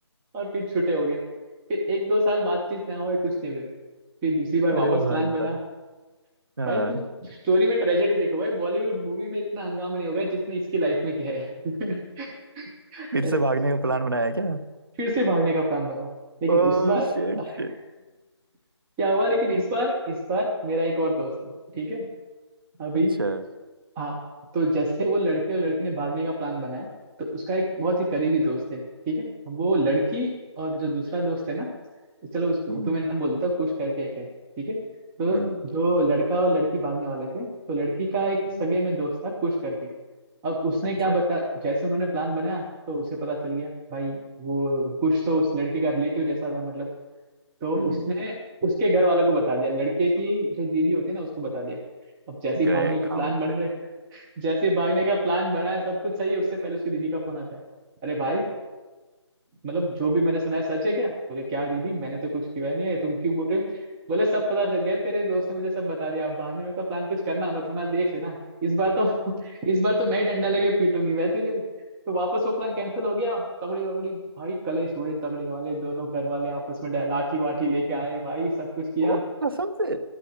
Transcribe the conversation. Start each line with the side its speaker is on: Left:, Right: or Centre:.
Centre: और फिर छूटे हो गए फिर एक दो साल बातचीत ना हो कुछ नहीं हुए फिर दूसरी बार वापस
Right: अरे भाई
Centre: प्लान बना
Right: साहब हाँ
Centre: भाई तुम स्टोरी में ट्रेजेडी देखो भाई बॉलीवुड मूवी में इतना हंगामा नहीं होगा जितने इसकी लाइफ में किया है <laughs>
Right: फिर से
Centre: ऐसा
Right: भागने का प्लान बनाया क्या
Centre: फिर से भागने का प्लान बना लेकिन
Right: ओ
Centre: उस बार
Right: शिट
Centre: <laughs>
Right: शिट
Centre: क्या हुआ लेकिन इस बार इस बार मेरा एक और दोस्त है ठीक है अभी
Right: अच्छा
Centre: हाँ तो जैसे वो लड़के और लड़की ने भागने का प्लान बनाया तो उसका एक बहुत ही करीबी दोस्त है ठीक है वो लड़की और जो दूसरा दोस्त है ना चलो उस
Right: हम्म
Centre: तुम्हें नाम बोल देता हूँ कुश करके एक है ठीक है तो
Right: हम्म
Centre: जो लड़का और लड़की भागने वाले थे तो लड़की का एक
Right: हम्म,
Centre: सगे में दोस्त था कुश करके अब उसने
Right: अच्छा
Centre: क्या बता जैसे उन्होंने प्लान बनाया तो उसे पता चल गया भाई वो कुश तो उस लड़के का रिलेटिव जैसा था मतलब तो
Right: हम्म।
Centre: उसने उसके घर वालों को बता दिया लड़के की जो दीदी होती है ना उसको बता दिया अब जैसे ही
Right: गए
Centre: भागने का
Right: काम
Centre: प्लान बन
Right: से
Centre: रहे जैसे ही भागने का प्लान बना है सब कुछ सही है उससे पहले उसकी दीदी का फोन आता है अरे भाई मतलब जो भी मैंने सुना है सच है क्या बोले क्या दीदी मैंने तो कुछ किया नहीं है तुम क्यों बोल रहे हो बोले सब पता चल गया तेरे दोस्त ने मुझे सब बता दिया अब भागने का प्लान कुछ करना मत वरना देख लेना इस बार तो <laughs> इस बार तो मैं ही डंडा लेके पीटूंगी वह तुझे तो वापस वो प्लान कैंसिल हो गया तगड़ी वगड़ी भाई कलेश हुए तगड़ी वाले दोनों घर वाले आपस में डा- लाठी वाठी लेके आए भाई सब कुछ किया
Right: ओ कसम से